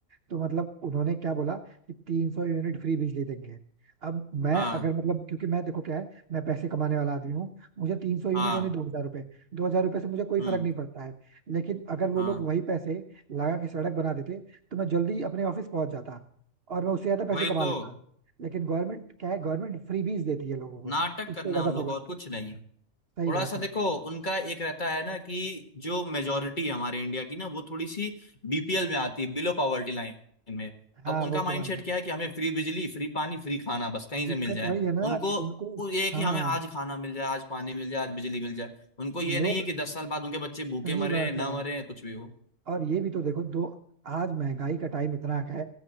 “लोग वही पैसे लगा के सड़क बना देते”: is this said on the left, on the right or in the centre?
Right